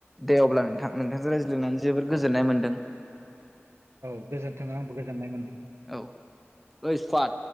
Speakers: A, in the centre; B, on the right.
A: दे अब्ला नोंथां नोंथांजों रायज्लोंनानै जबोर
B: औ
A: गोजोननाय मोनदों।
B: औ गोजोन्थों आंबो गोजोननाय मोनदों।
A: औ ओइ सुफाद